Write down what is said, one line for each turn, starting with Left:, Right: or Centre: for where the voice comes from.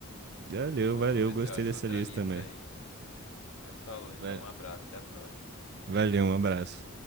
Right: Valeu,
Left: Vou,
Right: valeu.
Left: vou ver
Right: Gostei
Left: se eu acho
Right: dessa
Left: outra
Right: lista
Left: lista
Right: também.
Left: aí. Mas falou,
Right: Va-
Left: então, um abraço, até a próxima.
Right: Valeu, um abraço.